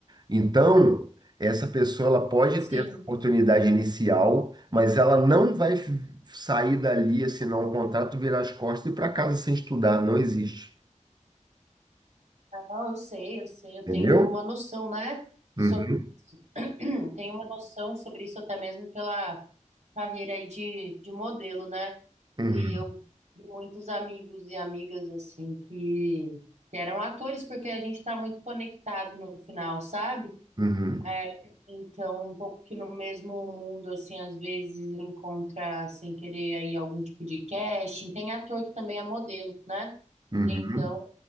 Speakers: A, on the right; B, on the right.
A: Então, essa pessoa ela pode
B: Sim.
A: ter essa oportunidade inicial, mas ela não vai f- sair dali, assinar um contrato, virar as costas e ir para casa sem estudar, não existe,
B: Não, eu sei, eu sei, eu tenho
A: entendeu?
B: uma noção, né,
A: Uhum,
B: sobre isso. <clears throat> Tenho uma noção sobre isso até mesmo pela carreira aí de, de modelo, né?
A: uhum,
B: E eu vi muitos amigos e amigas, assim, que, que eram atores, porque a gente está muito conectado no final, sabe?
A: uhum,
B: É, então, um pouco que no mesmo mundo, assim, às vezes encontra, sem querer, aí algum tipo de casting. Tem ator que também é modelo, né?
A: uhum.
B: Então,